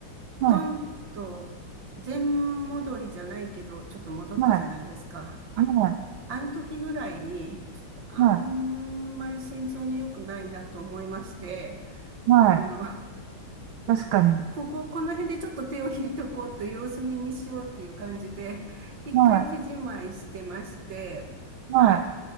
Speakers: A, on the right; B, on the right.
A: はい。
B: ドンと、全戻りじゃないけど、ちょっと戻ったじゃないですか。
A: はい。はい。
B: あの時ぐらいに、ちょっとあんまり心臓に良くないなと思いまして、
A: はい。はい。
B: あの、
A: 確かに。
B: こ、ここ、この辺でちょっと手を引いとこうと様子見にしようという感じで、一回手締まいしてまして、
A: はい。
B: はい。
A: はい。